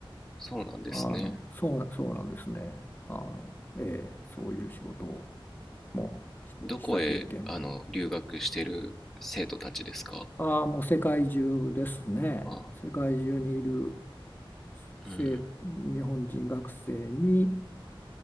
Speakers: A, in the centre; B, on the left (about 20°).
A: そうなんですね
B: あの、そうな、そうなんですね。あの、ええ、そういう仕事をも
A: どこへあの留学してる生徒たちですか
B: うした経験も。ああ、もう世界中ですね。
A: ああ
B: 世界中にいる
A: ーうん
B: 生日本人学生に、